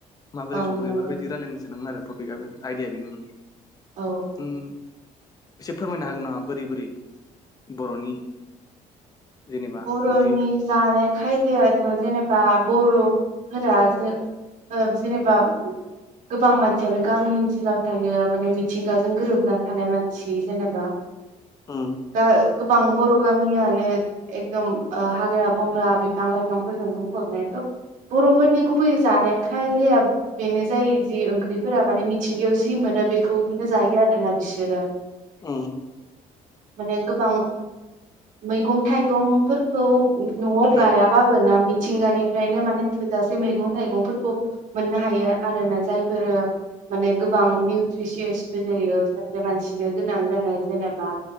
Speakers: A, on the left (about 25°); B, on the right (about 60°).
A: माबोरै
B: औ
A: सङो
B: नंगौ
A: इफोरबायदि रायलायनो सानदोंमोन आरो। टपिकआबो आयदाया बेनोमोन।
B: औ।
A: उम एसे फोरमायनो हागोन नामा बोरै बोरै बर'नि जेनेबा
B: बर'नि
A: ओंख्रि
B: जानाय खायदायाथ' जेनेबा बर'फोरा जो जेनेबा गोबां मानसियानो गामि ओनसोलाव थायो माने मिथिंगाजों गोरोबना थानाय मानसि जेनेबा
A: उम।
B: दा गोबां बर' गामियानो एकदम ओ हाग्रा बंग्रा बिफां लाइफांफोरजों बुंफबनाय थ' बर'फोरनि गुबै जानाय खाजाया बेनो जायो जि ओंख्रिफोरा माने मिथिंगायाव जि मोनो बेखौनो जायो आरोना बिसोरो।
A: उम।
B: माने गोबां मैगं थाइगंफोरखौ न'आव
A: उम
B: गायाबाबो ना मिथ थिंगानिफ्रायनो माने थोजासे मैगं थाइगंफोरखौ मोननो हायो आरो ना जायफोरो माने गोबां निउट्रिसियासफोर जायो सासे मानसिनो गोनां जानाय जेनेबा